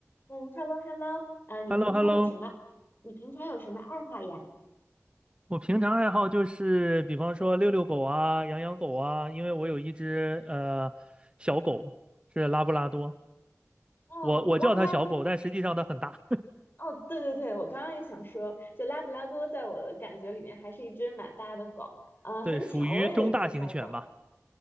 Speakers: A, on the left; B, on the right.
A: 嗯，hello hello，呃，你平常有什么？
B: h e l l o h e l l o
A: 你平常有什么爱好呀？
B: 我平常爱好就是，比方说遛遛狗啊，养养狗啊，因为我有一只呃小狗，是拉布拉多，
A: 哦，
B: 我我叫它小狗，
A: 拉布拉多。
B: 但实际上它很大，
A: 哦，对对对，我刚刚也想说，就拉布拉多在我的感觉里面还是一只蛮大的狗。
B: <laughs>
A: 呃，很巧，
B: 对，属于中大型犬吧。
A: 我也有一只小狗。